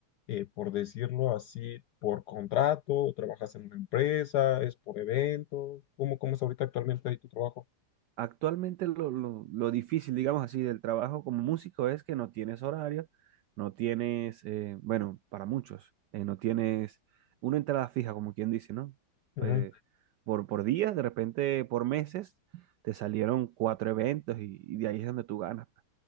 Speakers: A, on the left; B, on the right.
A: eh, por decirlo así, por contrato, o trabajas en una empresa, es por evento, ¿cómo, cómo es ahorita actualmente ahí tu trabajo?
B: actualmente lo, lo- lo difícil, digamos así, del trabajo como músico es que no tienes horario, no tienes, eh, bueno, para muchos, eh, no tienes una entrada fija, como quien dice, ¿no?
A: Ujú.
B: Eh, por, por días, de repente por meses, te salieron cuatro eventos y, y de ahí es donde tú ganas. pues.